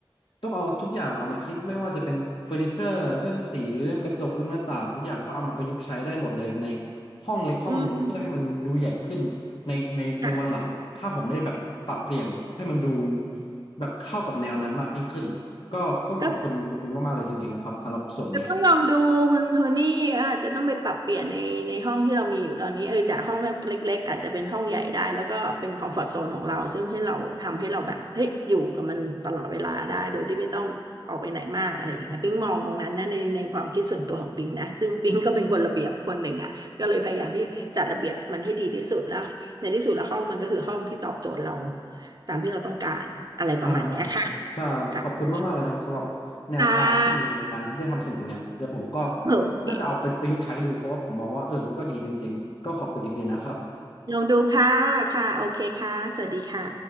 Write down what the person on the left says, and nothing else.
ต้องเอาทุกอย่างเอามาคิดไม่ว่าจะเป็นเฟอร์นิเจอร์เรื่องสีเรื่องกระจกเรื่องหน้าต่างทุกอย่างก็เอามาประยุกต์ใช้ได้หมดเลยในห้องเล็กห้องหนึ่งเพื่อให้มันดูใหญ่ขึ้น
ในในในวันหลังถ้าผมได้แบบปรับเปลี่ยนให้มันดู
แบบเข้ากับแนวนั้นมากยิ่งขึ้นก็ต้องขอบคุณคุณปิงมากๆเลยจริงๆนะครับสำหรับส่วนนี้
ได้ใช่ขอบคุณมากๆเลยนะครับสำหรับแนวทางที่ดีในการได้ทำสิ่งสิ่งเนี้ยเดี๋ยวผมก็
น่าจะเอาไปประยุกต์ใช้ดูเพราะว่าผมมองว่าเออมันก็ดีจริงๆก็ขอบคุณจริงๆนะครับ